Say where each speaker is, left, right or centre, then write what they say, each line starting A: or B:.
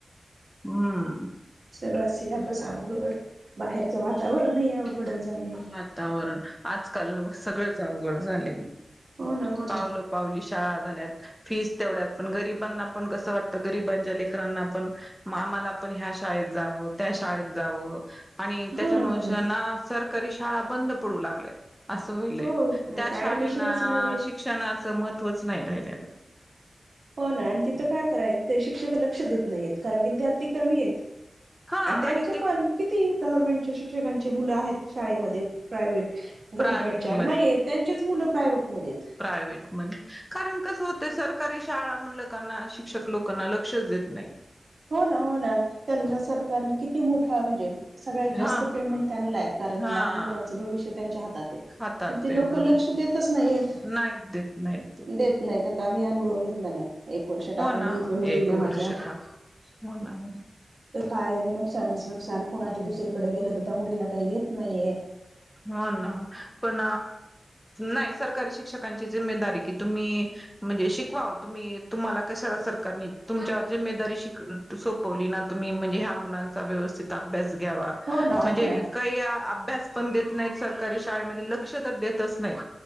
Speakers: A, in the centre; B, on the right (about 65°).
A: हम्म
B: सगळं सिल्याबस अवघड बाहेरचं वातावरणही अवघ वघडच झालय
A: वातावरण आजकाल सगळच अवघड झालय
B: हो ना, हो ना
A: पावलो पावली शाळा झाल्यात फीस तेवढ्यात पण गरीबांना पण कसं वाटतं गरीबांच्या लेकरांना पण आमाला पण ह्या शाळेत जावं त्या शाळेत जावं आणि त्याच्यामुळे
B: हो ना हो
A: शा ना सरकारी शाळा बंद पडू लागल्यात असं होईलय...
B: हो
A: त्या
B: आता
A: शाळंना...
B: ऍडमिशनच नाही आहेत
A: शिक्षणाचं महत्त्वच नाई राहिलेलं.
B: हो ना... आणि तिथं काय कराय... ते शिक्षक लक्ष देत नाहीेत... कारण विद्यार्थी कमी हेत.
A: हा
B: अन त्यांचे
A: आणि ते
B: पण किती... गव्हर्मेंटच्या शिक्षकांची मुलं आहेत... शाळेमध्ये प्रायव्हेट
A: प्रायव्हेट
B: गव्हर्नमेंटच्या... नाईहेत.. त्यांचेच मुलं प्रायव्हेटमध्ये हेत.
A: प्रायव्टमध्ये... कारण कसं होतय... सरकारी शाळा म्हनलं -कना शिक्षक लोकं ना लक्षच देत नाई.
B: हो ना... हो ना... त्यांना सरकारने किती मोठा म्हणजे सगळ्यात जास्त
A: हा
B: पेमेंट त्यांनला ए... कारण
A: हा
B: लहान मुलांचं भविष्य त्यांच्या हातात ए.
A: हातात
B: पण ते लोकं...
A: म्हणून
B: लक्ष देतच नाईहेत...
A: नाहीत देत नाहीत
B: देत नाही तर... आ... आम्ही अनुभव घेतला ना... एक वर्ष टाकून
A: हो ना
B: बघितलं मुलीला
A: एक वर्ष
B: माझ्या.
A: टाक हो ना हो.
B: तर काय नई... नुकसानच नुकसान... पुन्हा ते दुसरीकडे गेलं तर त्या मुलीला काही येत नाहीये.
A: हो ना... पण... नाई सरकारी शिक्षकांची जिम्मेदारी ए... कि तुम्ही म्हणजे शिकवावं... तुम्ही... तुम्हाला कशाला... सरकारने तुमच्यावर... जिम्मेदारी शिक सोपवली ना... तुम्ही म्हणजे हया मुलांचा व्यवस्थित अभ्यास घ्यावा
B: हो ना
A: म्हणजे
B: हो ना
A: काई अभ्यास- पण देत नाहीत सरकारी शाळेमध्ये... लक्ष तर देतच नाहीत...